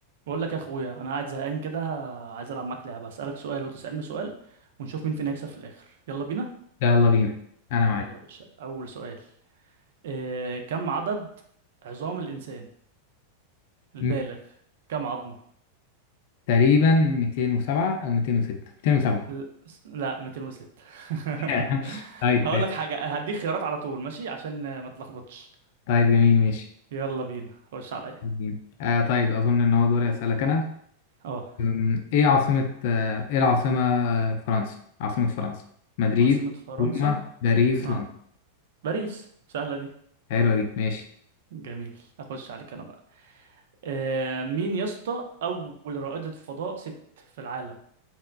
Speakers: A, on the right; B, on the left.
A: بقول لك يا اخويا انا قاعد زهقان كده عايز العب معاك لعبه اسالك سؤال وتسالني سؤال ونشوف مين فينا يكسب في الاخر يلا بينا
B: يلا بينا انا معاك
A: يلا يا باشا اول سؤال إيه كم عدد عظام الانسان البالغ
B: م-
A: كم عظمه
B: تقريبا 207 او 206 207
A: ل- س- لا 206 <laughs>
B: <laughs> طيب
A: هقول لك حاجه هديك خيارات على طول ماشي عشان ما تلخبطش
B: طيب جميل ماشي
A: يلا بينا خش عليا
B: جميل. آه طيب اظن ان هو دوري اسالك انا
A: اه
B: أم، ايه عاصمة آه ايه العاصمة آه، فرنسا عاصمة فرنسا مدريد
A: عاصمه فرنسا
B: روما باريس
A: اه
B: لندن
A: باريس سهله دي
B: حلوة دي ماشي
A: جميل اخش عليك انا بقى آه مين يا اسطى اول رائدة فضاء ست في العالم